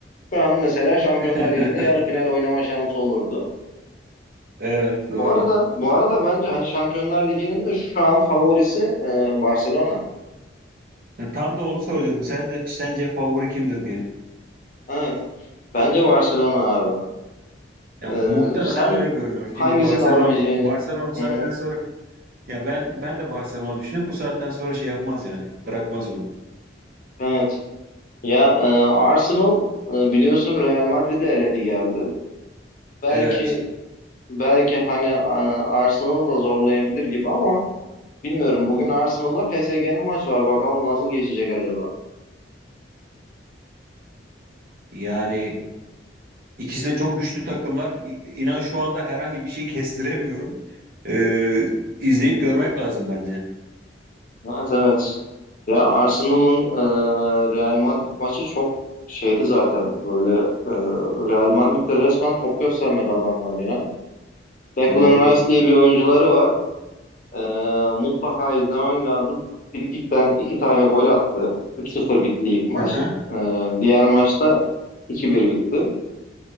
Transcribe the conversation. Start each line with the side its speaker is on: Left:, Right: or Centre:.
Left: Şu an mesela Şampiyonlar
Right: <laughs>
Left: Ligi'nde yarı final oynama şansı olurdu.
Right: Evet doğru.
Left: Bu arada bu arada bence hani Şampiyonlar Ligi'nin de şu an favorisi e, Barcelona.
Right: Tam da onu soracaktım. Sen de, sence favori kimdir diye.
Left: Evet. Bence Barcelona abi.
Right: Ya
Left: E,
Right: muhtemelen
Left: sen
Right: öyle görünüyor.
Left: hangisini
Right: Çünkü Barcelona
Left: alabileceğini
Right: Barcelona bu saatten
Left: Hı hı.
Right: sonra Ya ben ben de Barcelona düşünüyorum. Bu saatten sonra şey yapmaz yani. Bırakmaz onu.
Left: Evet. Ya e, Arsenal e, biliyorsun Real Madrid'i eledi geldi. Belki
Right: Evet.
Left: belki hani e, Arsenal da zorlayabilir gibi ama bilmiyorum. Bugün Arsenal'la PSG'nin maçı var. Bakalım nasıl geçecek acaba?
Right: Yani ikisi de çok güçlü takımlar. İ- İnan şu anda herhangi bir şey kestiremiyorum. Ee, izleyip görmek lazım bence.
Left: Evet evet. Ya Arsenal'ın e, Real Madrid maçı çok şeydi zaten böyle e, Real Madrid'de resmen top göstermedi adamlar ya. Declan
Right: Doğrudur.
Left: Rice diye bir oyuncuları var. E, mutlaka izlemen lazım. Frikikten iki tane gol attı. Üç sıfır bitti ilk maç.
Right: Aha,
Left: E, diğer maçta iki bir bitti.